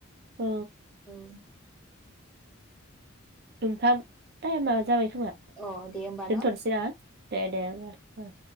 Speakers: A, on the right; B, in the centre.
A: औ
B: औ
A: नोंथां टाइमा जाबाय था
B: औ अ दे होमबा
A: दोनथ'नोसै
B: न'
A: आं आ दे दे होनोमबा। ओ